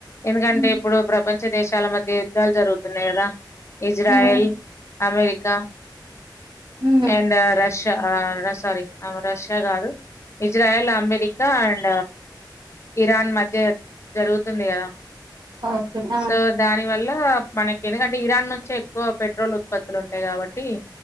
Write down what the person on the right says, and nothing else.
ఉమ్
ఉమ్
ఉమ్
ఓకే ఆ